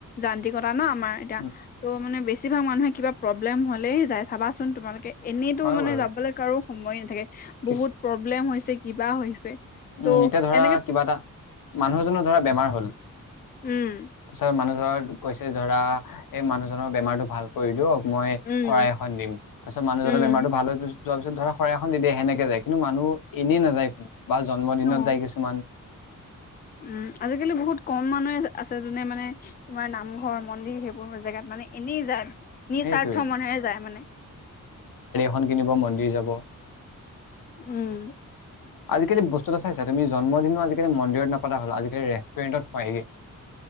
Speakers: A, on the left (about 30°); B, on the left (about 85°).
A: যান্ত্ৰিকতা ন আমাৰ এতিয়া
B: উম,
A: ত' মানে বেছি ভাগ মানুহে কিবা প্ৰব্লেম হলেই যায় চাবাচোন তোমালোকে এনেইটো
B: হয়
A: মানে
B: বাৰু।
A: যাবলৈ কাৰো সময় নাথাকে
B: কিছ
A: বহুত প্ৰব্লেম হৈছে কিবা হৈছে
B: উম
A: ত'
B: এতিয়া ধৰা
A: এনেকে
B: কিবা এটা মানুহজনৰ ধৰা বেমাৰ হ'ল
A: উম
B: ওচৰ মানুহ ঘৰত গৈছে যে ধৰা এই মানুহজনৰ বেমাৰটো ভাল কৰি দিয়ক মই
A: উম
B: শৰাই এখন দিম তাৰ পিছত মানুহজনৰ
A: উম
B: বেমাৰতটো ভাল হৈ গৈছে যোৱাৰ পিছত ধৰা শৰাই এখন দি দিয়ে সেনেকে যায় কিন্তু মানুহ এনেই নাযায় কোনো বা জন্মদিনত
A: উম অ
B: যায় কিছুমান
A: উম আজিকালি বহুত কম মানুহে আছে যোনে মানে তোমাৰ নামঘৰ মন্দিৰ সেইবোৰ জেগাত মানে এনেই যায় নিস্বাৰ্থ
B: সেইটোৱে
A: মনৰেহে যায় মানে
B: ধন কিনিব মন্দিৰ যাব
A: উম
B: আজিকালি বস্তু এটা চাইছা তুমি জন্মদিনও আজিকালি মন্দিৰত নাপাতা হল আজিকালি ৰেষ্টুৰেণ্টত খোৱাইগে